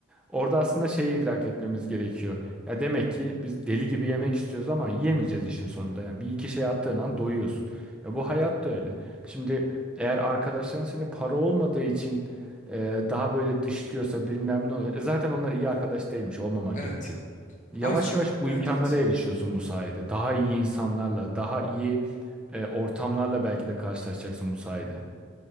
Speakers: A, in the centre; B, on the left.
A: Orada aslında şeyi idrak etmemiz gerekiyor. Ya demek ki biz deli gibi yemek istiyoruz ama yiyemeyeceğiz işin sonunda. Yani bir iki şey attığın an doyuyorsun. Ya bu hayat da öyle. Şimdi eğer arkadaşların seni para olmadığı için e, daha böyle dışlıyorsa bilmem ne oluyor. E, zaten onlar iyi arkadaş değilmiş, olmaman
B: Evet.
A: gerekiyor. Yavaş
B: Abi çünkü
A: yavaş bu
B: evet
A: imkanlara
B: evet.
A: erişiyorsun bu sayede. Daha iyi insanlarla, daha iyi e, ortamlarla belki de karşılaşacaksın bu sayede.